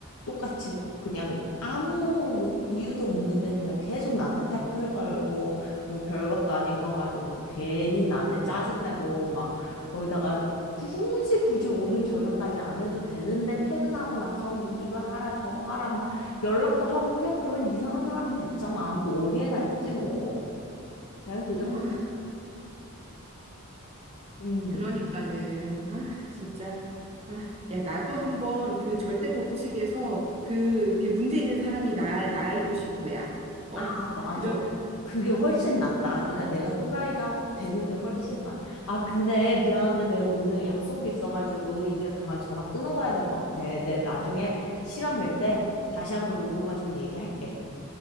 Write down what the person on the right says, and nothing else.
아,
그러니까는, 아, 진짜, 아, 야, 나도 한번 그 절대 법칙에서 그, 그 문제 있는 사람이 나, 나이고 싶어, 야. 어?
그럼,